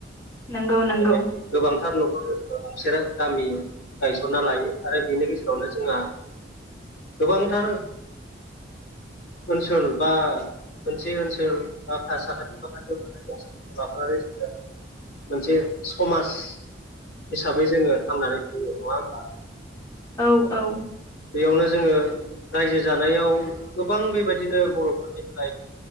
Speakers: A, on the left; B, on the left.
A: नंगौ नंगौ।
B: बेबायदि गोबांथार गंसे गामि गायसनना लायो आरो बिनि गेजेरावनो जोंहा गोबां थार ओनसोल बा मोनसे ओनसोल साखाथि- फाखाथियाव थानाय <unintelligible> मोनसे समाज हिसाबै जोङो थांनानै थायो ।नङा होमबा?
A: औ औ।
B: बेयावनो जोङो रायजो जानायाव गोबां बेबायदिनो बर'फोरनि <unintelligible>